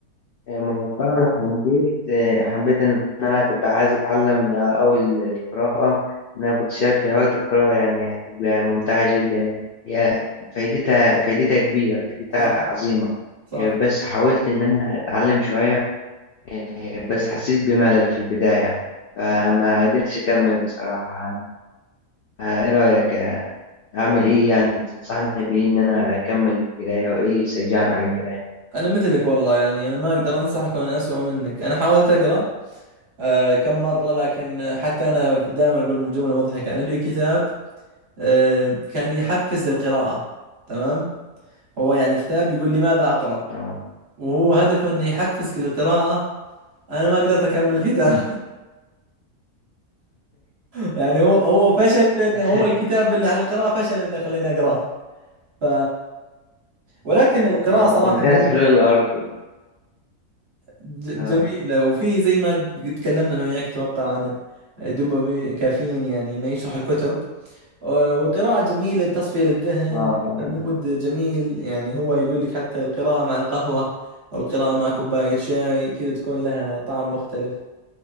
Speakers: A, on the left; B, on the right.
A: مؤخرا حبيت آه، حبيت إن أنا كنت عايز أتعلم آه، أوي القراءة إن أنا كنت شايف في هواية القراءة يعني هتبقى ممتعة جدا يعني هي فايدتها فايدتها كبيرة فايدتها
B: صح
A: عظيمة
B: صح
A: آه، بس حاولت إن أنا أتعلم شوية آه، بس حسيت بملل في البداية فما قدرتش أكمل بصراحة آه، إيه رأيك آه، أعمل إيه يعني تنصحني بإيه إن أنا أكمل القراية وإيه اللي يشجعني على القراية؟
B: انا مثلك والله يعني انا ما اقدر انصحك وانا اسوأ منك انا حاولت اقرا أه كم مره لكن حتى انا دائما اقول جمله مضحكه انا في كتاب أه كان يحفز للقراءه تمام هو يعني كتاب يقول لماذا أقرأ
A: آه
B: وهو هدفه إنه يحفزك للقراءة أنا ما قدرت أكمل الكتاب <laughs> يعني هو هو فشل في إنه
A: <laughs>
B: هو الكتاب اللي عن القراءة فشل إنه يخليني أقرأه ف ولكن القراءة
A: يعني
B: صراحة
A: انتهت
B: جميلة
A: حلول الأرض
B: ج-
A: اه
B: جميلة وفي زي ما قد تكلمنا أنا وياك أتوقع عن دوبامين كافيين يعني إنه يشرح الكتب آه، والقراءة جميلة تصفية للذهن
A: اه فعلا.
B: كمود جميل يعني هو يقول لك حتى القراءة مع القهوة أو القراءة مع كوباية شاي كذا تكون لها طعم مختلف